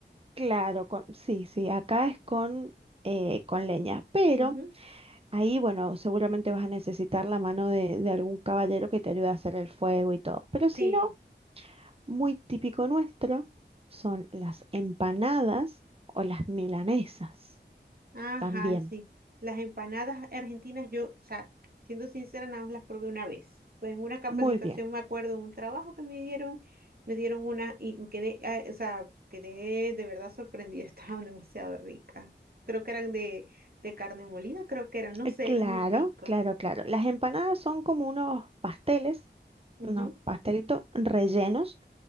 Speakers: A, on the right (about 30°); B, on the right (about 55°).
A: claro, con, sí, sí, acá es con, eh, con leña, pero
B: Ujú,
A: ahí, bueno, seguramente vas a necesitar la mano de, de algún caballero que te ayude a hacer el fuego y todo, pero si
B: Sí.
A: no... muy típico nuestro son las empanadas o las milanesas
B: Ajá,
A: también.
B: sí. Las empanadas argentinas, yo, o sea, siendo sincera, nada más las probé una vez. Fue en una capacitación,
A: Muy bien.
B: me acuerdo, en un trabajo que me dieron, me dieron una y me quedé, ah, o sea, quedé de verdad sorprendida, <laughs> estaban demasiado ricas. Creo que eran de, de carne molida, creo que eran, no
A: Eh,
B: sé,
A: Claro,
B: eran muy ricas.
A: claro, claro. Las empanadas son como unos pasteles,
B: Ujú,
A: unos pastelitos rellenos.